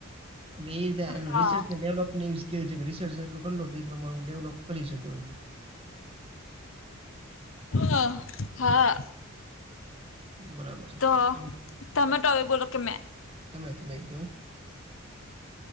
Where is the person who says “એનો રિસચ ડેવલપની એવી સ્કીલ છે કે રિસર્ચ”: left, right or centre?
Right